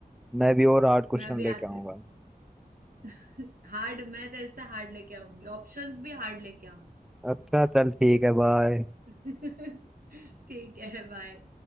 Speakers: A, in the centre; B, on the right.
A: मैं भी और आठ क्वेश्चन
B: मैं अभी
A: लेके
B: आती
A: आऊंगा
B: हूँ <laughs> हार्ड मैं तेरे से हार्ड लेके आऊंगी ऑप्शंस भी हार्ड लेके आऊंगी
A: अच्छा चल ठीक है बाय
B: <laughs> ठीक है बाय